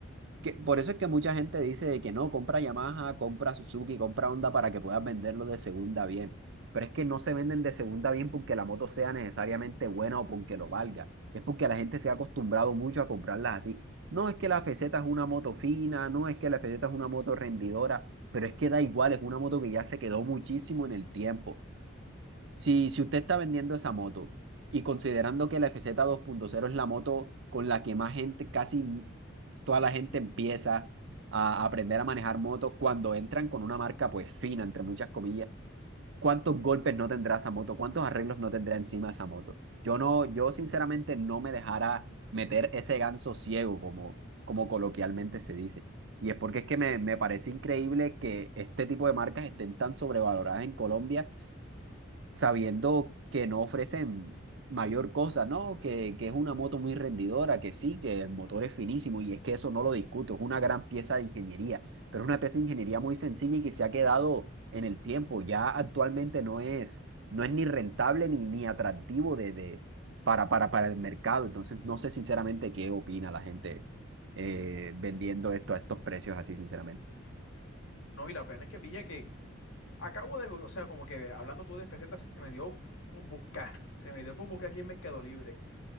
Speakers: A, on the right; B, on the left.
A: Que, por eso es que mucha gente dice de que no, compra Yamaha, compra Suzuki, compra Honda para que puedas venderlo de segunda bien. Pero es que no se venden de segunda bien porque la moto sea necesariamente buena o porque lo valga. Es porque la gente se ha acostumbrado mucho a comprarlas así. No es que la FZ es una moto fina, no es que la FZ es una moto rendidora, pero es que da igual, es una moto que ya se quedó muchísimo en el tiempo. Si, si usted está vendiendo esa moto y considerando que la FZ cero es la moto con la que más gente, casi toda la gente empieza a aprender a manejar motos cuando entran con una marca pues fina, entre muchas comillas, ¿cuántos golpes no tendrá esa moto? ¿Cuántos arreglos no tendrá encima esa moto? Yo no, yo sinceramente no me dejara meter ese ganso ciego como, como coloquialmente se dice. Y es porque es que me, me parece increíble que este tipo de marcas estén tan sobrevaloradas en Colombia sabiendo que no ofrecen mayor cosa, ¿no? Que, que es una moto muy rendidora, que sí, que el motor es finísimo y es que eso no lo discuto, es una gran pieza de ingeniería, pero es una pieza de ingeniería muy sencilla y que se ha quedado en el tiempo, ya actualmente no es, no es ni rentable ni, ni atractivo de, de, para, para, para el mercado, entonces no sé sinceramente qué opina la gente eh, vendiendo esto a estos precios así, sinceramente.
B: No, y la plena es que pilla que acabo de, o sea, como que hablando tú de FZ se me dio por buscar, se me dio por buscar aquí en Mercado Libre.